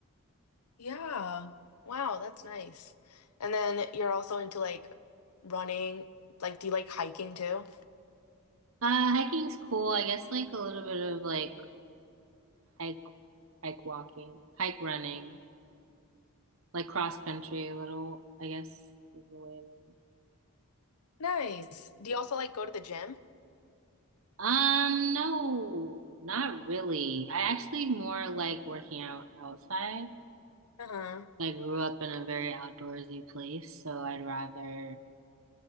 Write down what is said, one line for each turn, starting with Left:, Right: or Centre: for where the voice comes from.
Left: Yeah. Wow, that's nice. And then you're also into like running. Like, do you like hiking too?
Right: Uh, hiking's cool. I guess like a little bit of like hike, hike walking, hike running, like cross country a little, I guess is the way to.
Left: Nice. Do you also like go to the gym?
Right: Um, no, not really. I actually more like working out outside.
Left: Uh-huh.
Right: I grew up in a very outdoorsy place, so I'd rather